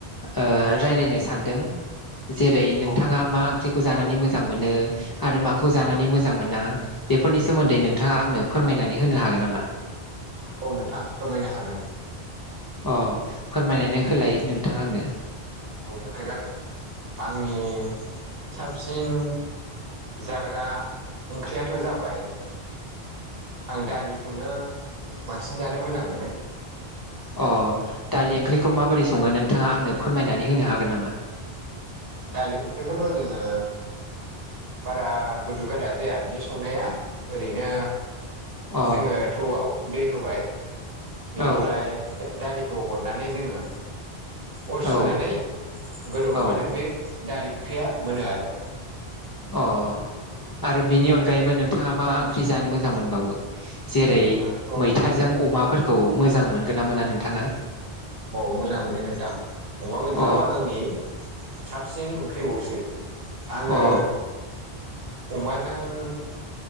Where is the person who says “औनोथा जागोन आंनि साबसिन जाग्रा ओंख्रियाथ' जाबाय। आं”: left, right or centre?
Right